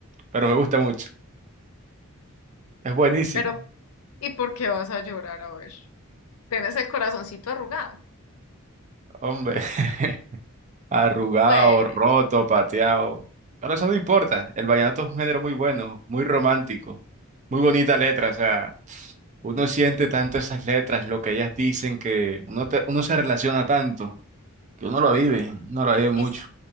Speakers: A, on the right; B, on the left.
A: Pero me gusta mucho. Es buenísimo,
B: Pero, ¿y por qué vas a llorar? A ver, tienes el corazoncito arrugado.
A: hombre. <laughs> arrugado,
B: Ve,
A: roto, pateado. Pero eso no importa. El vallenato es un género muy bueno, muy romántico, muy bonita letra. O sea, uno siente tanto esas letras, lo que ellas dicen, que uno, te- uno se relaciona tanto, que uno lo vive, uno lo vive mucho.
B: y, s-